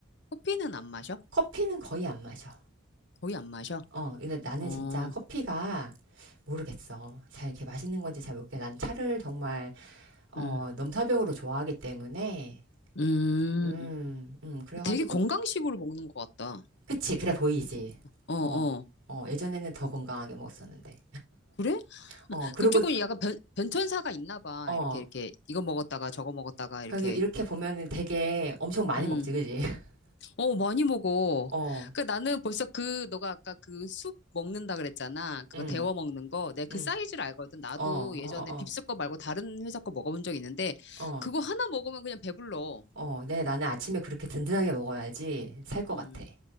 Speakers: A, on the left; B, on the right.
A: 커피는 안 마셔?
B: 커피는 거의 안 마셔.
A: 거의 안 마셔?
B: 어, 근데 나는
A: 어,
B: 진짜 커피가 모르겠어. 잘 이렇게 맛있는 건지 잘 모르겠어. 난 차를 정말, 어,
A: 음,
B: 넘사벽으로 좋아하기 때문에,
A: 음.
B: 음, 음, 그래가지고,
A: 되게 건강식으로 먹는 것 같다.
B: 그치, 그래 보이지.
A: 어, 어.
B: 어, 어, 예전에는 더 건강하게 먹었었는데.
A: 그래?
B: 어, 그리고,
A: 그럼 조금 약간 변, 변천사가 있나 봐.
B: 어,
A: 이렇게, 이렇게, 이거 먹었다가 저거 먹었다가
B: 그래서
A: 이렇게.
B: 이렇게 보면은 되게 엄청 많이
A: 음.
B: 먹지, 그지? <laughs>
A: 어, 많이 먹어.
B: 어,
A: 그러니까 나는 벌써 그, 너가 아까 그 숲 먹는다 그랬잖아. 그거
B: 음,
A: 데워 먹는 거. 내가 그
B: 음,
A: 사이즈를 알거든. 나도
B: 어, 어,
A: 예전에
B: 어,
A: 빕스 거 말고 다른 회사 거 먹어본 적 있는데,
B: 어, 어,
A: 그거 하나 먹으면 그냥 배불러.
B: 어. 네, 나는 아침에 그렇게 든든하게 먹어야지 살 것
A: 음,
B: 같아.